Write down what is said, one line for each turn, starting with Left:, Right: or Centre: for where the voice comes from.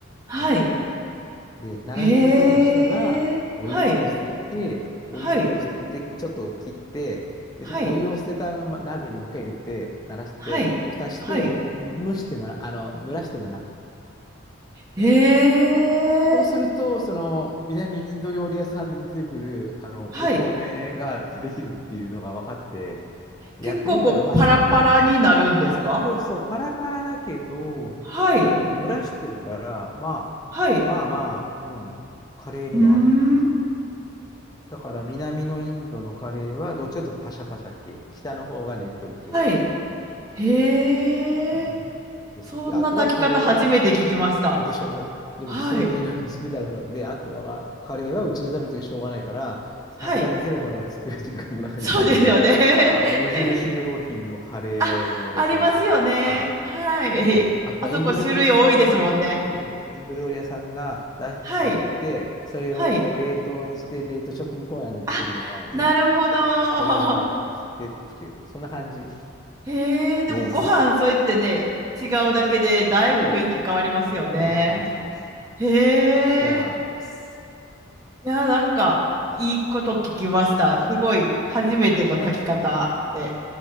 Right: はい。
Left: やると。で、7分ぐらいしたら、
Right: へえ。
Left: お湯を捨てて、
Right: はい。
Left: お湯を捨てて、
Right: はい。
Left: ちょっと切って、で、
Right: はい。
Left: そのお湯を捨てたあのま鍋にもう一回入れて、慣らして、
Right: はい。
Left: 蓋して、
Right: はい。
Left: 蒸してなら、あの、蒸らしてなら。
Right: へえ。
Left: そうすると、その、南インド料理屋さんで出てくる、あの、お米ができるっていうのが分かって、
Right: はい。
Left: やってみたら、
Right: 結構こう、
Left: まあ、
Right: パラパラになるんですか
Left: そんな、そうそう、パラパラだけど、
Right: はい。
Left: なんていうの、蒸らしてるから、まあ、
Right: はい。
Left: まあまあ、うん、カレーには合うっていう。
Right: うーん。
Left: だから南のインドのカレーはどっちかというとパシャパシャ系。北の方がねっとり系って
Right: はい。へえ。
Left: いうと。うん。です。
Right: そんな炊き方初めて聞きました。
Left: で、あとはカレーは、でしょでもそれいろいろ見たらそうで、
Right: はい。
Left: あとはカレーはうちで食べてしょうがないから、さすがにゼロから作る時間もなくないので、
Right: はい。そうですよね。
Left: <laughs> あの無印良品のカレーのレトルトとか、
Right: <laughs> あ、ありますよね。はい。
Left: そうあとはインド料理屋さん、
Right: <laughs> あそこ種類多いですもんね。
Left: そうそうインド料理屋さんがだやってて、
Right: はい。
Left: それをこう冷凍にして冷凍食品コーナーに売ってるのがあるのね。
Right: はい。あ、なるほど。
Left: これを買ってきてっていう、そんな感じ
Right: <laughs> へえ、でもご飯そうやってね、
Left: です。
Right: 違うだけでだいぶ雰囲気変わりますよね。
Left: そう、そうそうそうそう。
Right: へえ。
Left: そうなんです。
Right: いや、なんかいいこと聞きました。すごい初めての炊き方で。